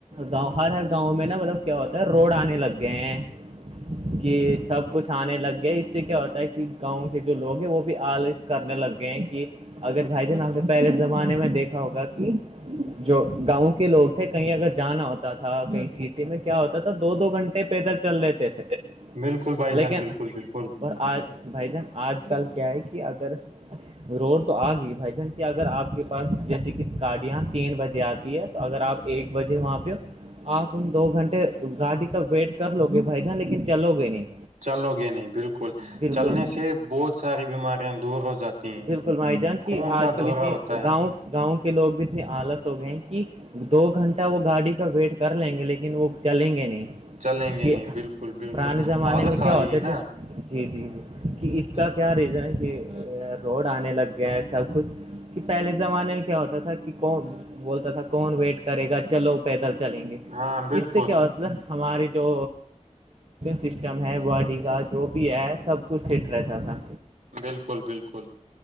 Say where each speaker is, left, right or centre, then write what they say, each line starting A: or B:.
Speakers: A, on the right; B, on the right.
A: گاؤں ہر ہر گاؤں میں نا مطلب کیا ہوتا ہے روڈ آنے لگ گئے ہیں کہ سب کچھ آنے لگ گیا اس سے کیا ہوتا ہے کہ گاؤں کے جو لوگ ہیں وہ بھی آالس کرنے لگ گئے ہیں کہ اگر بھائی جان آپ نے پہلے زمانے میں دیکھا ہوگا کہ جو گاؤں کے لوگ تھے کہیں اگر جانا ہوتا تھا کہیں سٹی میں کیا ہوتا تھا دو دو گھنٹے پیدل چل رہتے تھے
B: بالکل بائی
A: لیکن
B: جان بالکل بالکل
A: اور آج بھائی جان آج کل کیا ہے کہ اگر روڈ تو آ گئی بھائی جان کے اگر آپ کے پاس جیسے کہ گاڑیاں تین بجے آتی ہے تو اگر آپ ایک بجے وہاں پہ آپ ان دو گھنٹے گاڑی کا ویٹ کر لو گے بھائی جان لیکن چلو گے نہیں
B: چلو گے نہیں بالکل
A: بالکل
B: چلنے سے بہت ساری بیماریاں دور ہو جاتی ہیں
A: بالکل بھائی جان
B: خون
A: کہ
B: کا
A: آج کل
B: دورہ
A: اتنے
B: ہوتا ہے
A: گاؤں گاؤں کے لوگ بھی اتنے آلس ہو گئے ہیں کہ دو گھنٹہ وہ گاڑی کا ویٹ کر لیں گے لیکن وہ چلیں گے نہیں
B: چلیں گے
A: کہ
B: نہیں بالکل بالکل
A: پرانے زمانے
B: آلس
A: میں کیا
B: آ
A: ہوتے
B: گئی نا
A: تھے جی جی جی کہ اس کا
B: ہوں،
A: کیا ریزن ہے کہ روڈ آنے لگ گیا ہے سب کچھ کہ پہلے زمانے میں کیا ہوتا تھا کہ کون بولتا تھا کون ویٹ کرے گا چلو پیدل چلیں گے
B: ہاں بالکل
A: اس سے کیا ہوتا تھا ہماری جو سسٹم ہے باڈی کا جو بھی ہے سب کچھ فٹ رہتا تھا
B: بالکل بالکل